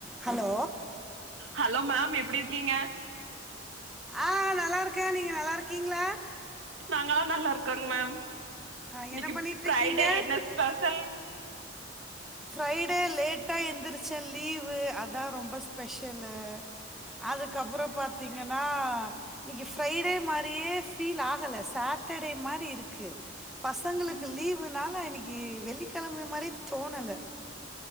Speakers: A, in the centre; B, on the right.
A: Hello
B: hello ma'am எப்டி இருக்கீங்க
A: அ நல்லா இருக்கே நீங்க நல்லா இருக்கீங்ளா
B: நாங்களா நல்லா இருக்கோங்க மேம்
A: ஆ
B: இன்னக்கி
A: என்ன பண்ணிட்டு
B: ஃப்ரைடே
A: இருக்கீங்க
B: என்ன ஸ்பெஷல்
A: ஃப்ரைடே லேட்டா எந்திருச்சே லீவு அதா ரொம்ப ஸ்பெஷலு அதுக்கப்புற பாத்திங்கன்னா இன்னக்கி ஃப்ரைடே மாரியே ஃபீல் ஆகல சாட்டர்டே மாரி இருக்கு பசங்களுக்கு
B: ம்
A: லீவுனால இன்னக்கி வெள்ளிக்கிழமை மாரியே தோணல